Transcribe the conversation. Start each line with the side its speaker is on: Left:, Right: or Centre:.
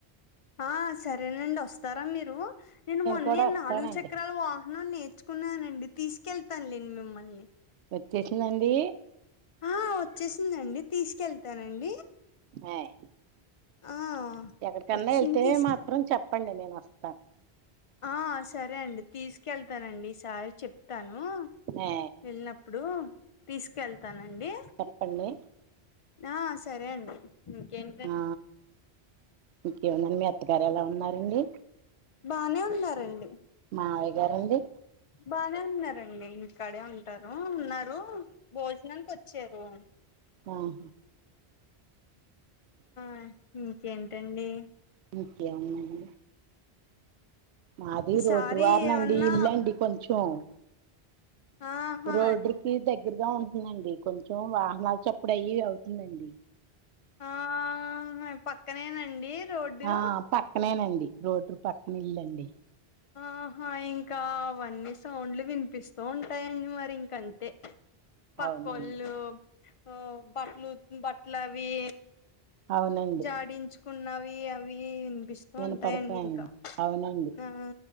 Left: ఆ సరేనండి. వస్తారా మీరు? నేను మొన్నే
Right: కూడా వస్తానండి
Left: నాలుగు చక్రాలు వా హనం నేర్చుకున్నానండి తీసుకెళ్తానులేండి మిమ్మల్ని
Right: వచ్చేసిందండి?
Left: ఆ వచ్చేసిందండి. తీసుకెళ్తానండి.
Right: ఏయ్
Left: ఆ
Right: ఎక్కడికన్నా
Left: వచ్చింది
Right: వెళ్తే
Left: తీసుకె
Right: మాత్రం చెప్పండి నేను వొస్
Left: ఆ సరే అండి తీసుకెళ్తానండి ఈ సారి చెప్తాను.
Right: ఏ
Left: వెల్నప్ ప్పుడు తీసుకెళ్తానండి.
Right: చెప్పండి
Left: ఆ సరే అండి. ఇంకేం
Right: ఆ ఇంకేముందండి మీ అత్తగారు ఎలా ఉన్నారండి?
Left: బానే ఉన్నారండి.
Right: మావయ్య గారండీ?
Left: బానే ఉన్నారండి. ఇంటి కాడే ఉంటారు, ఉన్నారు. భోజనానికి వచ్చారు.
Right: ఆహ
Left: అ ఇంకేంటండి?
Right: ఇంకేముందండి? మాది
Left: ఈసారి
Right: రోడ్డువారనండి
Left: ఏమన్నా
Right: ఇల్లండి కొంచం.
Left: ఆహా
Right: రోడ్ రిప్ కి దగ్గరగా ఉంటుందండి. కొంచెం వాహనాలు చప్పుడు అయి అవుతుందండి.
Left: ఆ మ పక్కనేనండి. రోడ్డు
Right: ఆ పక్కనేనండి. రోడ్రు పక్కన ఇల్లండీ.
Left: ఆహా ఇంకా అవన్నీ సౌండ్లు వినిపిస్తూ ఉంటాయండి, మరి ఇంక అంతే. పక్కోళ్ళు
Right: అవునండి
Left: ఉ బట్లు ఉతుకు బట్లవి
Right: అవునండి
Left: జాడించుకున్నవి అవి వినిపిస్తూ
Right: వినపడతాయండి
Left: ఉంటాయిడి ఇంక.
Right: అవునండి
Left: న ఆ